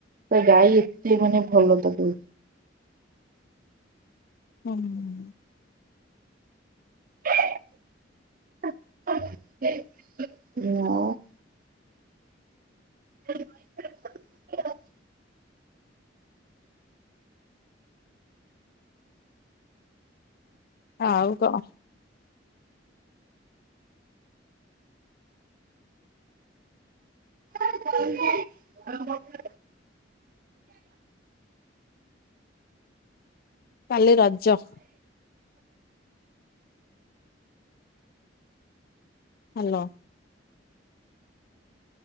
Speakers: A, on the right; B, on the left.
A: ତା ଗାଈ ଏତେ ମାନେ ଭଲ ତାକୁ
B: <unintelligible>
A: <unintelligible> <unintelligible>
B: ଆଉ କଣ?
A: <unintelligible>
B: କାଲି Raja. Hello.